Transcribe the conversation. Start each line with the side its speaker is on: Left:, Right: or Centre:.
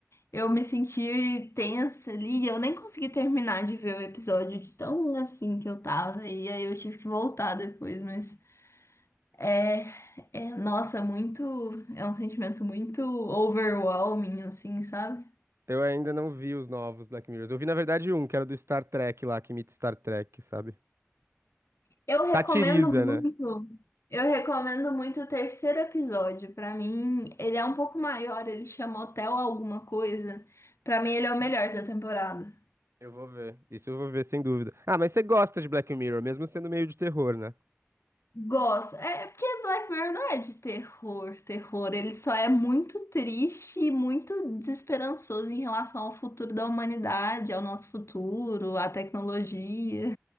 Left: eu me senti tensa ali, eu nem consegui terminar de ver o episódio de tão assim que eu tava, e aí eu tive que voltar depois, mas é, é, nossa, muito, é um sentimento muito overwhelming, assim, sabe?
Right: Eu ainda não vi os novos Black Mirrors. Eu vi, na verdade, um, que era do Star Trek lá, que imita Star Trek, sabe?
Left: Eu
Right: Que
Left: recomendo
Right: satiriza,
Left: muito.
Right: né?
Left: Eu recomendo muito o terceiro episódio. Pra mim, ele é um pouco maior, ele chama Hotel Alguma Coisa. Pra mim, ele é o melhor da temporada.
Right: Eu vou ver. Isso eu vou ver, sem dúvida. Ah, mas você gosta de Black Mirror, mesmo sendo meio de terror, né?
Left: Gosto. É é porque Black Mirror não é de terror, terror. Ele só é muito triste e muito desesperançoso em relação ao futuro da humanidade, ao nosso futuro, à tecnologia.